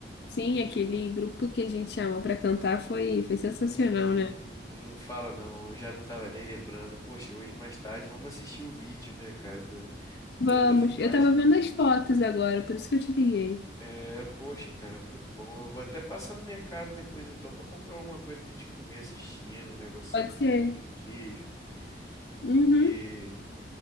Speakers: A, on the left; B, on the left.
A: sim, aquele grupo que a gente chamou pra cantar foi, foi sensacional,
B: Hum,
A: né?
B: não fala não, eu já não tava nem lembrando. Poxa, hoje mais tarde vamos assistir o vídeo, né, cara, do, do-
A: Vamos,
B: da filmagem.
A: eu tava vendo as fotos agora, por isso que eu te liguei.
B: É, poxa, cara, muito bom. Eu vou até passar no mercado depois então pra comprar alguma coisa pra gente comer assistindo, um negocinho,
A: Pode ser?
B: um vinho, um queijo. Porque
A: Uhum.